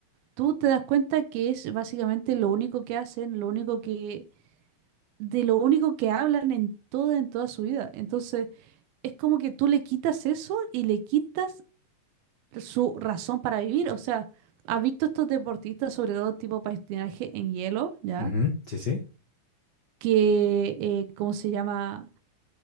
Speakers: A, on the right; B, on the left.
A: tú te das cuenta que es básicamente lo único que hacen, lo único que de lo único que hablan en toda, en toda su vida. Entonces, es como que tú le quitas eso y le quitas su razón para vivir. O sea, ¿has visto estos deportistas, sobre todo tipo patinaje en hielo, ya?
B: ujú, Sí, sí.
A: Que, eh, ¿cómo se llama?